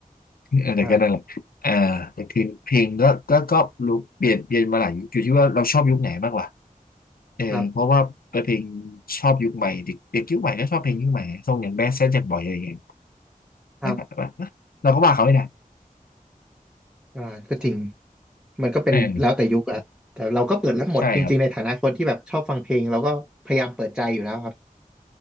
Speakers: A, on the left (about 80°); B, in the centre.
A: อะไรก็นั่นแหละอ่าแต่คือเพลงก็ก็ก็รู้เปลี่ยนเปลี่ยนมาหลายยุคอยู่ที่ว่าเราชอบยุคไหนมากกว่า
B: อ่า
A: เออเพราะว่าเพลง
B: ครับ
A: ชอบยุคใหม่เด็กเด็กยุคใหม่ก็ชอบเพลงยุคใหม่ทรงอย่างแบดแซดแจ็คบอยอะไรอย่างเงี้ย
B: ครับ
A: แบบว่าะเราก็ว่าเขาไม่ได้
B: อ่าก็จริง มันก็เป็นแล้วแต่ยุคอะแต่เราก็เปิดรับหมดจริงๆในฐานะคนที่แบบชอบฟังเพลงเราก็พยายามเปิดใจอยู่แล้วครับ
A: เออใช่ครับ